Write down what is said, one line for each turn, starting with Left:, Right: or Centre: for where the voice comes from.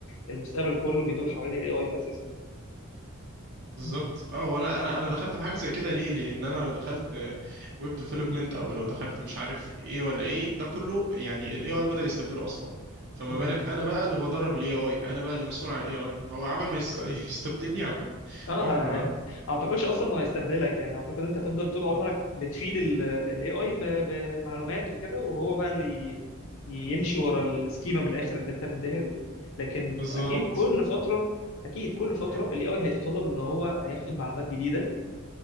Left: المستقبل كله بيدور حوالين الاي اي اساسا
Right: بالظبط
Left: مم.
Right: اه وانا انا انا دخلت في حاجه زي كده ليه لان انا لو دخلت ويب ديفلوبمنت او لو دخلت مش عارف ايه ولا ايه ده كله يعني الاي اي بدا يستبدله اصلا فما
Left: مم.
Right: بالك انا بقى اللي بدرب الاي اي انا بقى اللي مسؤول عن الاي اي فهو عمل ما يست- <laughs> يستبدلني هكون
Left: اه
Right: عمر
Left: يعني
Right: بقى
Left: اعتقدش اصلا انه هيستبدلك يعني اعتقد انت هتفضل طول عمرك
Right: اه
Left: بتفيد الاي اي بمعلومات وكده وهو بقى اللي يمشي ورا السكيما من الاخر اللي انت مديها له لكن
Right: بالظبط
Left: اكيد كل فتره اكيد كل فتره
Right: مم.
Left: الاي اي هيتطلب ان هو هياخد معلومات جديده